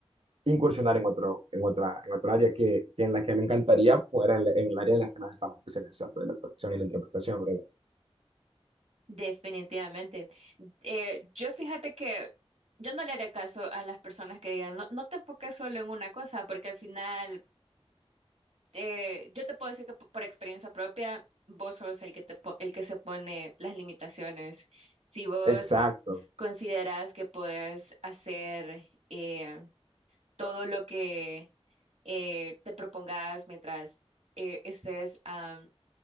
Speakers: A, on the right; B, on the right.
A: incursionar en otro, en otra, en otra área que, que en la que me encantaría fuera en, la- en el área en la que nos estamos especializando, de la traducción y la interpretación, ¿verdad?
B: Definitivamente. Eh, yo fíjate que yo no le haré caso a las personas que digan, no, no te enfoques solo en una cosa, porque al final, eh, yo te puedo decir que p- por experiencia propia, vos sos el que te, po- el que se pone las limitaciones. Si vos
A: Exacto,
B: consideras que puedes hacer eh, todo lo que eh, te propongas mientras eh, estés, am,